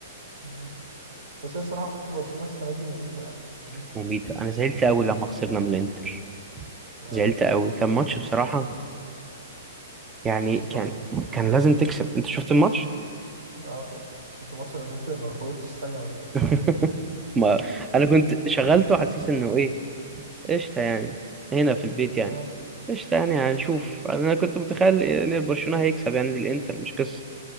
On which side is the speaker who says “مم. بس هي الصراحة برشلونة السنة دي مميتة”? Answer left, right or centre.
Right